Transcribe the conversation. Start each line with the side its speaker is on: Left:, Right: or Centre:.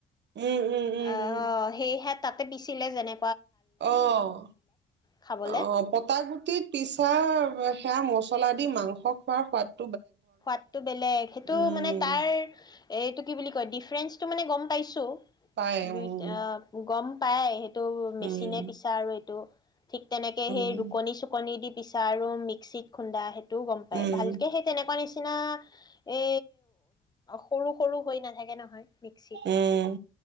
Right: উম উম উম
Left: অ
Right: উম
Left: সেইহাত তাতে পিছিলে যেনে
Right: অ'
Left: খাবলে
Right: অ' পটাগুটিত পিছা সেয়া মছলা দি মাংস খোৱাৰ সোৱাদ
Left: সোৱাদটো বেলেগ হেটো
Right: উম
Left: মানে তাৰ এইটো কি বুলি কয় ডিফাৰেঞ্চটো মানে গম পাইছোঁ।
Right: পায়
Left: দুইটা
Right: উম
Left: আহ্ গম পায়। হে- এইটো
Right: উম
Left: মেচিনে পিছা আৰু এইটো ঠিক তেনেকে
Right: উম
Left: হেই ৰুকনি-চুকনি দি পিছা আৰু মিক্সিত খুন্দা হে তো গম পাই।
Right: উম
Left: ভালকে হেই তেনেকুৱা নিচিন আ এ সৰু-সৰু হৈ নাথাকে নহয়। মিক্সিত
Right: উম